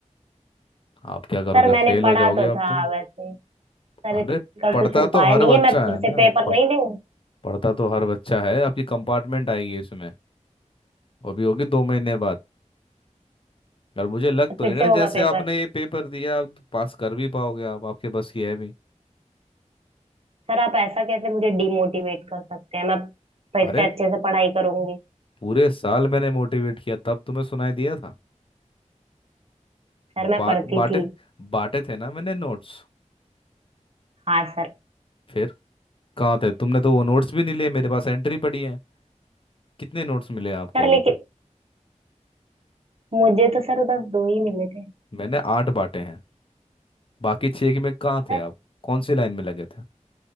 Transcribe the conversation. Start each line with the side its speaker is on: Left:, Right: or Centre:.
Left: आप क्या करोगे
Right: सर मैंने
Left: फेल
Right: पढ़ा
Left: हो जाओगे
Right: तो
Left: आप
Right: था
Left: तो
Right: वैसे सर
Left: अरे
Right: इसका
Left: पढ़ता
Right: कुछ उपाय
Left: तो हर
Right: नहीं
Left: बच्चा
Right: है मैं फिर
Left: है
Right: से
Left: ना
Right: पेपर
Left: आप प-
Right: नहीं दूँ
Left: पढ़ता तो हर बच्चा है आपकी कंपार्टमेंट आएगी इसमें वो भी होगी दो महीने बाद और मुझे लग तो
Right: फिर
Left: नहीं रहा
Right: से होगा
Left: जैसे
Right: पेपर
Left: आपने ये पेपर दिया आप तो पास कर भी पाओगे आप आपके बस की है भी
Right: सर आप ऐसा कैसे मुझे डिमोटिवेट कर सकते हैं मैं फिर
Left: अरे
Right: से अच्छे से पढ़ाई करूंगी
Left: पूरे साल मैंने मोटिवेट किया तब तुम्हें सुनाई दिया था
Right: सर मैं
Left: बाट
Right: पढ़ती
Left: बांटे
Right: थी
Left: बांटे थे ना मैंने नोट्स
Right: हाँ सर
Left: फिर कहाँ थे तुमने तो वो नोट्स भी नहीं लिए मेरे पास एंट्री पड़ी है कितने नोट्स मिले हैं आपको
Right: सर
Left: अभी
Right: लेकिन
Left: तक
Right: मुझे तो सर बस दो ही मिले थे
Left: मैंने आठ बांटे बाकी छह के में कहाँ
Right: सर
Left: थे आप कौन सी लाइन में लगे थे